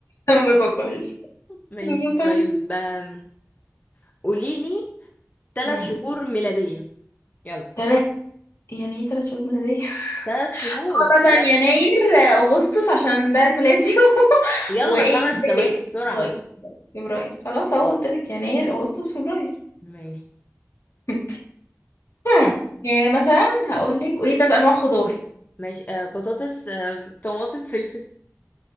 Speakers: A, on the left; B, on the left.
A: <laughs> ما تضطريش
B: ماشي
A: ما تضطريش
B: طيب آم، قوليلي ثلاث
A: امم
B: شهور ميلادية يلا
A: تلات يعني ايه تلات شهور ميلادية <laughs>
B: ثلاث شهور
A: مثلا
B: ثلاث
A: يناير آه، اغسطس عشان ده عيد ميلادي <laughs>
B: يلا
A: وايه
B: خمس
A: فبراير
B: ثواني بسرعة
A: فبراير فبراير خلاص اهو قلتلك يناير اغسطس فبراير
B: ماشي
A: <laughs> هم. يعني مثلا هقول لك قولي تلات انواع خضار <laughs>
B: ماشي آه بطاطس آه طماطم فلفل